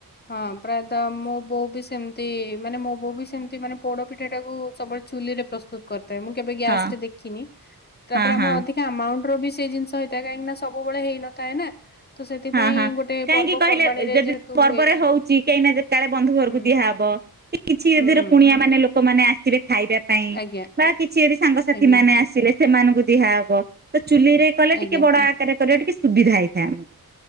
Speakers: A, on the left; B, on the right.
A: ହଁ ପ୍ରାୟତଃ ମୋ ବୋଉ ବି ସେମ ତି ମାନେ ମୋ ବୋଉ ବି ସେମିତି ମାନେ ପୋଡ ପିଠା ଟା କୁ ସବୁବେଳେ ଚୁଲିରେ ପ୍ରସ୍ତୁତ କରିଥାଏ ମୁଁ କେବେ ଗ୍ୟାସ୍
B: ହଁ
A: ରେ ଦେଖିନି ତାପରେ
B: ହଁ
A: ଆମର
B: ହଁ।
A: ଅଧି ଆମାଉଣ୍ଟ ର ବି ସେ ଜିନିଷ ହେଇଥାଏ କାହିଁକି ନା ସବୁବେଳେ ହେଇନଥାଏ ନା। ତ ସେଥିପାଇଁ
B: ହଁ ହଁ
A: ଗୋଟେ
B: କାହିଁକି
A: ପର୍ବପର୍ବାଣୀରେ
B: କହିଲେ ଯଦି
A: ଯେହେତୁ
B: ପର୍ବରେ
A: ହୁଏ
B: ହଉଛି କାହିଁକି ନା ଯେତେବେଳେ ବନ୍ଧୁ ଘରକୁ
A: ହୁଁ
B: ଦିଆହବ। କିଛି
A: ହୁଁ
B: ଏଧିରେ କୁଣିଆ ମାନେ ଲୋକ ଲୋକମାନେ ଆସିବେ ଖାଇବା ପାଇଁ
A: ଆଜ୍ଞା
B: ବା କିଛି ଯଦି ସାଙ୍ଗସାଥି
A: ଆଜ୍ଞା
B: ମାନେ ଆସିଲେ ସେମାନଙ୍କୁ ଦିଆହବ ତ ଚୁଲି ରେ କଲେ
A: ଆଜ୍ଞା
B: ଟିକେ ବଡ ଆକାରରେ କରିବା ଟିକେ ସୁବିଧା ହେଇଥାଏ ଆମକୁ।